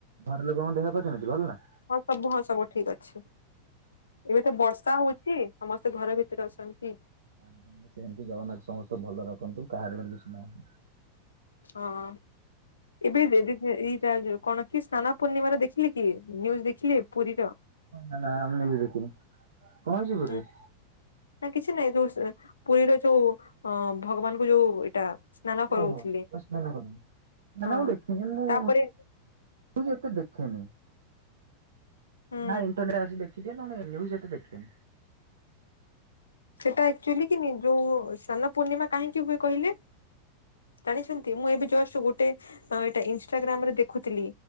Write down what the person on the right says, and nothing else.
ଘର ଲୋକଙ୍କ ଦେହ ପା କେମିତି ଭଲ ନା?
ଆଜ୍ଞା ଆଜ୍ଞା ସେମିତି ଜଗନ୍ନାଥ ସମସ୍ତେ ଭଲ ରଖନ୍ତୁ। କାହାର ଯେମିତି କିଛି ନ ହଉ।
ନା ନା ମୁଁ ନିୟୁଜ୍ ଦେଖିନି। କଣ ହେଇଚି ପୁରୀ
ରେ?
<unintelligible>
ନା
ନା ମୁଁ ଦେଖିନି ମୁଁ
ନିଉଜ ଏତେ ଦେଖେନି।
ନାଇଁ ଇଣ୍ଟରନେଟ ରେ ଆସି ଦେଖିଦିଏ ନ୍ୟୁଜ ଏତେ ଦେଖେନି।